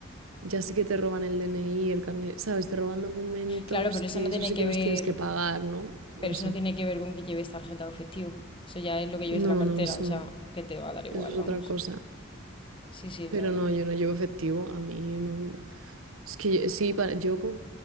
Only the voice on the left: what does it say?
Claro, pero
eso no
tiene
que
ver,
pero eso
no tiene que ver con que lleves tarjeta o efectivo. Eso ya es lo que
lleves en la cartera,
o sea,
que te va a dar igual,
vamos.
Sí, sí,
o sea que,